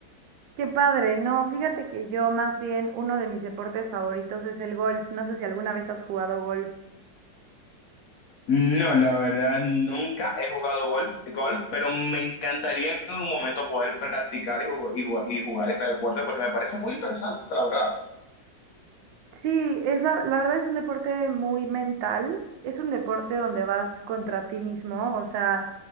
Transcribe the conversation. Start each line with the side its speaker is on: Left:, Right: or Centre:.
Right: Qué padre, no, fíjate que yo más bien uno de mis deportes favoritos es el golf. No sé si alguna vez has jugado golf.
Left: No, la verdad, nunca he jugado gol- golf, pero me encantaría en algún momento poder practicar y, jug- y ju- y jugar ese deporte porque me parece muy interesante, la verdad.
Right: Sí, es la, la verdad es un deporte muy mental, es un deporte donde vas contra ti mismo, o sea,